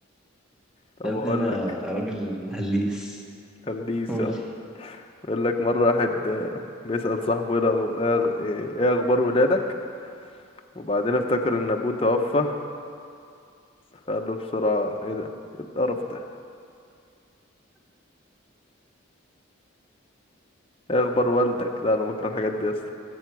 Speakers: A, on the left (about 25°); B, in the centre.
A: طب
B: يا ابني
A: اقول
B: انا
A: لك
B: راجل هليس
A: خليسه
B: قول لي
A: بيقول لك مرة واحد آه، بيسأل صاحبه ايه الأغ- إيه أغ- إيه اخبار ولادك وبعدين افتكر ان ابوه توفى فقال له بسرعة ايه ده ايه القرف ده ايه اخبار والدك لا انا بكره الحاجات دي يا اسطى